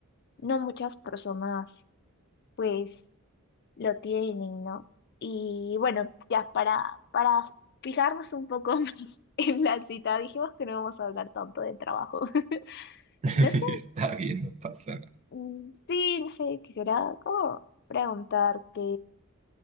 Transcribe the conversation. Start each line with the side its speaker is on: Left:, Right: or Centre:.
Left: no muchas personas pues lo tienen, ¿no? Y bueno, ya para, para fijarnos un poco <laughs> más en la cita, dijimos que no vamos a hablar tanto de trabajo. <laughs>
Right: <laughs>
Left: No sé,
Right: Está bien, no pasa nada.
Left: mm, sí, no sé, quisiera como preguntarte,